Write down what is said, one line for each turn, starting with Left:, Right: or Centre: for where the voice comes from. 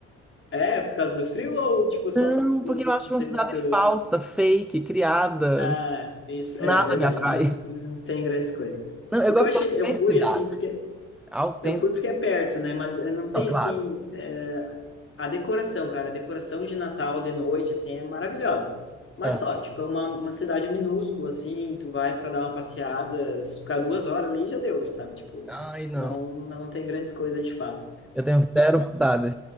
Left: é, é por causa do frio ou, tipo, só
Centre: Não,
Left: por,
Centre: porque
Left: assim,
Centre: eu acho
Left: ser
Centre: uma cidade
Left: muito...
Centre: falsa, fake, criada.
Left: Ah, isso, é
Centre: Nada
Left: verdade.
Centre: me atrai.
Left: Não, não tem grandes coisas.
Centre: Não, eu
Left: O
Centre: gosto
Left: que eu achei...
Centre: da autenticidade.
Left: Eu fui, assim, porque...
Centre: Autêntica,
Left: Eu fui porque é perto, né? Mas eh, não tem,
Centre: não, claro.
Left: assim eh, A decoração, cara, a decoração de Natal de noite, assim, é maravilhosa. Mas
Centre: Ah,
Left: só, tipo, é uma, uma cidade minúscula, assim, tu vai para dar uma passeada, se ficar duas horas ali, já deu, sabe? Tipo,
Centre: Ai, não.
Left: não, não tem grandes coisas de fato.
Centre: Eu tenho zero vontade.